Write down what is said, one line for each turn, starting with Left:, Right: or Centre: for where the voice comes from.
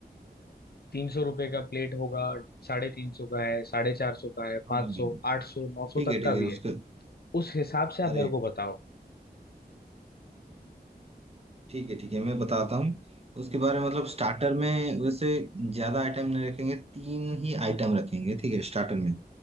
Left: तीन सौ रुपये का प्लेट होगा साढ़े तीन सौ का है साढ़े चार सौ का है
Right: हाँ
Left: पाँच
Right: हाँ, हाँ।
Left: सौ आठ सौ नौ सौ
Right: ठीक
Left: तक
Right: है ठीक
Left: का
Right: है
Left: भी
Right: उसके
Left: है उस हिसाब से आप
Right: अरे
Left: मेरे को बताओ
Right: ठीक है ठीक है मैं बताता हूँ उसके बारे में मतलब स्टार्टर में वैसे ज्यादा आइटम नहीं रखेंगे तीन ही आइटम रखेंगे ठीक है स्टार्टर में